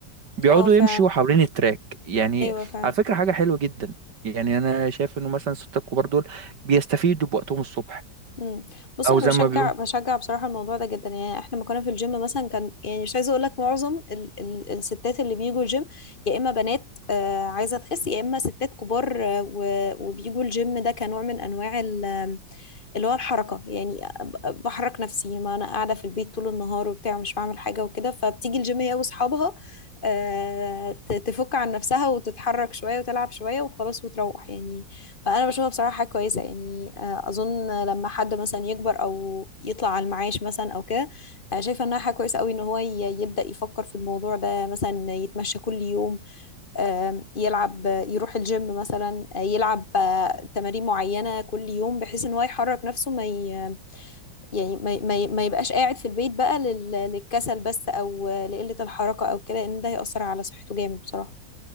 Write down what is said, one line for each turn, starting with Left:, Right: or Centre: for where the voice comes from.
Right: بيقعدوا
Left: اه فعلا
Right: يمشوا حوالين التراك يعني
Left: ايوه فعلا
Right: على فكره حاجه حلوه جدا يعني انا شايف انه مثلا الستات الكبار دول بيستفيدوا بوقتهم الصبح
Left: مم. بص
Right: او
Left: انا
Right: زي
Left: بشجع
Right: ما بيقولوا
Left: بشجع بصراحه الموضوع ده جدا يعني احنا لما كنا في الجيم مثلا كان يعني مش عايزه اقول لك معظم ال ال الستات اللي بيجوا الجيم يا اما بنات آه عايزه تخس يا اما ستات كبار آه و- وبيجوا الجيم ده كنوع من انواع اللي هو الحركة يعني ب- بحرك نفسي ما أنا قاعدة في البيت طول النهار وبتاع ومش بعمل حاجة وكده فبتيجي الجيم هي وأصحابها آه، ت- تفك عن نفسها وتتحرك شوية وتلعب شوية وخلاص وتروح يعني فأنا بشوفها بصراحة حاجة كويسة يعني آه، أظن لما حد مثلا يكبر أو يطلع على المعاش مثلا أو كده آه، شايفة إنها حاجة كويسة أوي إن هو ي- يبدأ يفكر في الموضوع ده مثلا يتمشى كل يوم آم، يلعب يروح الجيم مثلا يلعب آه، تمارين معينة كل يوم بحيث ان هو يحرك نفسه ما ي... يعني ما, ي... ما, ي- ما يبقاش قاعد في البيت بقى لل... للكسل بس او آه، لقلة الحركة او كده ان ده هيأثر على صحته جامد بصراحة